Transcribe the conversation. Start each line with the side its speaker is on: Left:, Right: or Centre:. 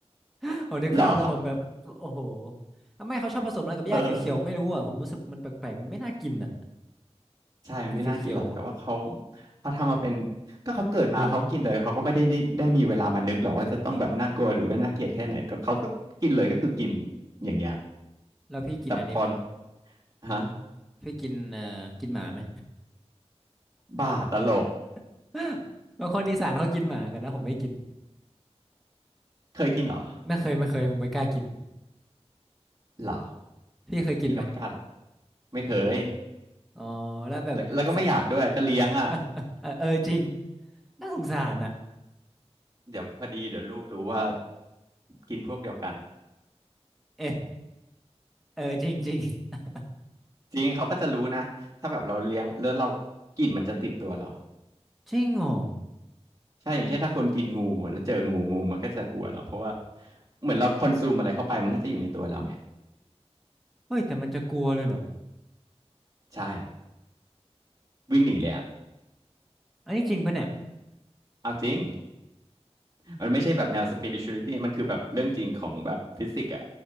Centre: <laughs> ผมนึกภาพแล้วผมแบบโอ้โห
Right: เหรอ
Centre: ทำไมเขาชอบผสมอะไรกับหญ้าเขียวๆไม่รู้อ่ะผมรู้สึกมันแปลกๆมันไม่น่ากินอ่ะ
Right: เออใช่มันไม่น่ากินหรอกแต่ว่าเขา
Centre: สีเขียวๆอ่ะ
Right: เขาทำมาเป็นก็เขาเกิดมาเขาก็กินเลยเขาก็ไม่ได้ได้ได้มีเวลามานึกหรอกว่าจะต้องแบบน่ากลัวหรือว่าน่าเกลียดแค่ไหนแต่เขาก็กินเลยก็คือกิน
Centre: เฮ้ย
Right: อย่างเงี้ย
Centre: แล้วพี่กินอันนี้ไหม
Right: แต่พอฮะ
Centre: พี่กินเอ่อกินหมาไหม
Right: บ้าตลก
Centre: <laughs> บางคนอีสานเขากินหมากันนะผมไม่กิน
Right: เคยกินเหรอ
Centre: ไม่เคยไม่เคยผมไม่กล้ากิน
Right: เหรอ
Centre: พี่เคยกินไหม
Right: พี่ก็ไม่กล้าหรอก ไม่เคย
Centre: อ๋อแล้วแบบสัตว์
Right: แล้วแล้วก็ไม่อยากด้วย ก็เลี้ยงอ่ะ
Centre: <laughs> เออเออจริงน่าสงสารอ่ะ
Right: เดี๋ยวพอดีเดี๋ยวลูกรู้ว่ากินพวกเดียวกัน
Centre: เอ๊ะเออจริงจริง <laughs>
Right: จริงเขาก็จะรู้นะถ้าแบบเราเลี้ยงแล้วเรากลิ่นมันจะติดตัวเรา
Centre: จริงเหรอ
Right: ใช่อย่างเช่นถ้าคนกินงูแล้วเจองูงูมันก็จะกลัวเราเพราะว่าเหมือนเราคอนซูมอะไรเข้าไปมันก็จะอยู่ในตัวเราไง
Centre: เฮ้ยแต่มันจะกลัวเลยเหรอ
Right: ใช่วิ่งหนีเลยอ่ะ
Centre: อันนี้จริงปะเนี่ย
Right: เอาจริง มันไม่ใช่แบบแนว spirituality มันคือแบบเรื่องจริงของแบบฟิสิกส์อ่ะ